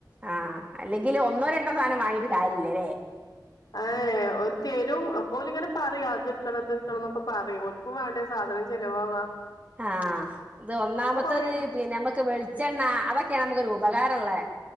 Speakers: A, on the right; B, on the left.
A: ആഹ് അല്ലെങ്കിൽ ഒന്നോ രണ്ടോ സാനം വാങ്ങിട്ട് കാര്യ ല്ല ലെ
B: അ ഏഹ് ഒരു തരും അപ്പോലിങ്ങനെ പറിം അത്ട്ക്കണം ഇത്ട്ക്കണം ന്നൊക്കെ പറിം ഓൽക്കും വേണ്ടേ സാധനം ചെലവാവാ
A: ആഹ് ഇത് ഒന്നാമത്തേത്
B: ഇപ്പൊ കൊറേ
A: പിന്നമ്മക്ക് വെളിച്ചെണ്ണ അതൊക്കെയ നമുക്ക് രൂ ഉപകാറള്ളേ